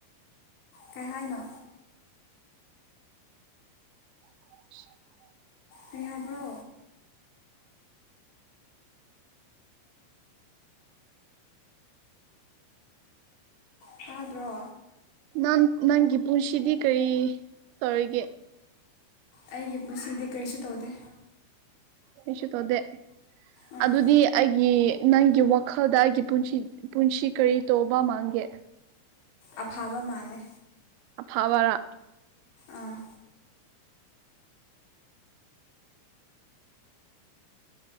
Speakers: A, on the left; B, on the right.
A: ꯀꯩ ꯍꯥꯏꯅꯣ
B: <unintelligible>
A: ꯀꯩ ꯍꯥꯏꯕ꯭ꯔꯣ ꯇꯥꯗ꯭ꯔꯣ
B: ꯅꯪ ꯅꯪꯒꯤ ꯄꯨꯟꯁꯤꯗꯤ ꯀꯔꯤ ꯇꯧꯔꯤꯒꯦ
A: ꯑꯩꯒꯤ ꯄꯨꯟꯁꯤꯗꯤ ꯀꯔꯤꯁꯨ ꯇꯧꯗꯦ
B: ꯀꯩꯁꯨ ꯇꯧꯗꯦ
A: ꯑꯥ
B: ꯑꯗꯨꯗꯤ ꯑꯩꯒꯤ ꯅꯪꯒꯤ ꯋꯥꯈꯜꯗ ꯑꯩꯒꯤ ꯄꯨꯟꯁꯤ ꯄꯨꯟꯁꯤ ꯀꯔꯤ ꯇꯧꯕꯥ ꯃꯥꯥꯟꯒꯦ
A: ꯑꯐꯥꯕ ꯃꯥꯜꯂꯦ
B: ꯑꯐꯕꯔ
A: ꯑꯥ